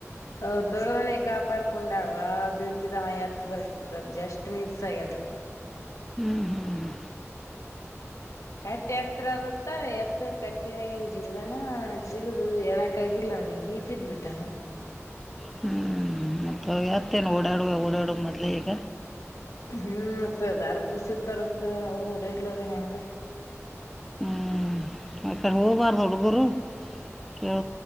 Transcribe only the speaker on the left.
ಅವ್ರ ದೊಡ್ಡವನೆೇ ಕಾಪಾಡ್ಕೊಂಡ ಾಳವಾ ಬೀಳ್ತಿದಾವ ಎತ್ ಬರ್ತಿತ್ತು ಅದ್ ಜಸ್ಟ್ ಮಿನ್ಸ್ ಆಗ್ಯದ
ಕಟ್ಟೆ ಎತ್ರ ಅದತ್ತ ಎ ಕಟ್ಟಿನಗನ್ ಜಿಗ್ದಾನ ಜಿಗದು ಹೇಳಕ ಆಗಿಲ್ಲ ಅವ್ನಿಗೆ ಬಿದ್ಬಿಟ್ಟಾನ
ಹ್ಮ್ ಮತ್ತ ಅದಾರ್ ಕುಡ್ಸಿರ್ತಾರಕ್ಕ ಅವ ಓಡಾಡ್ಲರಿೀ ಹೆಂಗ